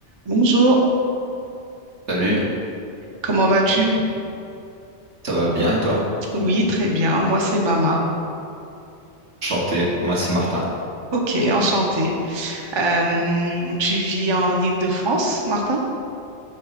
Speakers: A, on the right; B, on the right.
A: Bonjour,
B: Salut,
A: comment vas-tu?
B: ça va bien et toi?
A: Oui, très bien, moi c'est Mama.
B: Chanté, moi c'est Martin.
A: Ok, enchantée. Euh, tu vis en Île-de-France, Martin?